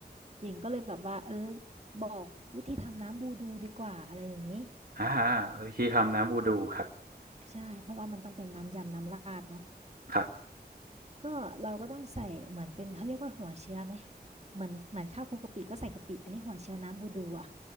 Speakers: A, on the right; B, on the right.
A: หญิงก็เลยแบบว่าเออบอกวิธีทำน้ำบูดูดีกว่าอะไรอย่างนี้
B: อ่าวิธีทำน้ำบูดูครับ
A: ใช่เพราะว่ามันต้องเป็นน้ำยำน้ำราดเนาะ
B: ครับ
A: ก็เราก็ต้องใส่เหมือนเป็นเขาเรียกว่าหัวเชื้อไหมเหมือนเหมือนข้าวคลุกกะปิก็ใส่กะปิอันนี้หัวเชื้อน้ำบูดูอะ